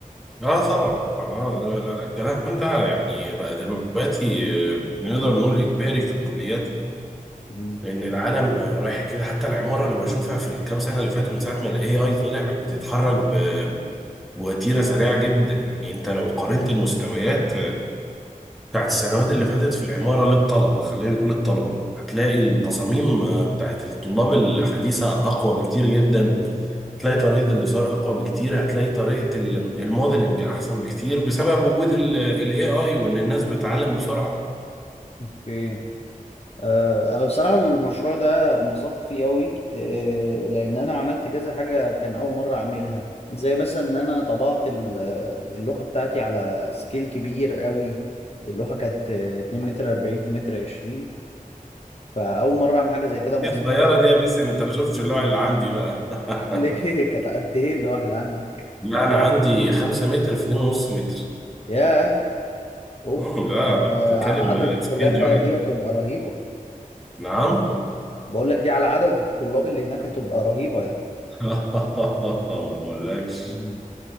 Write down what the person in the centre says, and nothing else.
لا طبعا آه، لا لا لا الكلام ده يعني بقى دلوقتي آه، نقدر نقول اجباري في الكليات
لان العالم آه، رايح كده حتى العماره انا بشوفها في الكام سنه اللي فاتوا من ساعه ما الاي اي طلع بتتحرك ب- بوتيره سريعه جدا يعني انت لو قارنت المستويات بتاعت السنوات اللي فاتت في العمارة للطلبة خلينا نقول الطلبة هتلاقي التصاميم آه، بتاعت الطلاب الحديثة أقوى بكتير جدا هتلاقي طريقة الإزهار أقوى بكتير هتلاقي طريقة ال- الموديلنج أحسن بكتير بسبب وجود ال ال AI وإن الناس بتتعلم بسرعة
إيه الصغيرة دي يا باسم أنت ما شفتش اللوع اللي عندي بقى
<laughs>
لا أنا عندي 5 متر في 2.5 متر
مم، لا
بتتكلم
سكيل
جوي
نعم
<laughs> ما أقولكش